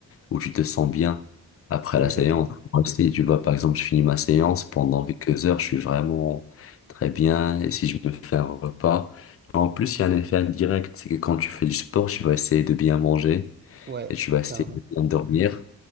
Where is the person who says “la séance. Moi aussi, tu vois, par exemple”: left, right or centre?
Left